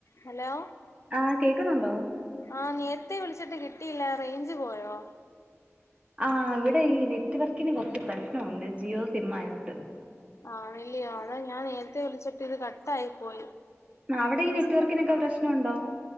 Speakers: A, on the left; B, on the right.
A: Hello
B: ആഹ് കേക്കുന്നുണ്ടോ
A: ആഹ് നേരത്തെേ വിളിച്ചിട്ട് കിട്ടിയില്ല റേഞ്ച് പോയോ
B: ആഹ് ഇവിടെ ഈ നെറ്റ് വർക്കിന് കുറച്ച് പ്രശ്നമുണ്ട് ജിയോ സിം ആയതൊണ്ട്
A: ആണല്യോ അതാ ഞാൻ നേരത്തെ വിളിച്ചിട്ട് ഇത് കട്ടായി പോയി
B: അവിടെ ഈ നെറ്റ് വർക്കിനൊക്കെ പ്രശ്നണ്ടോ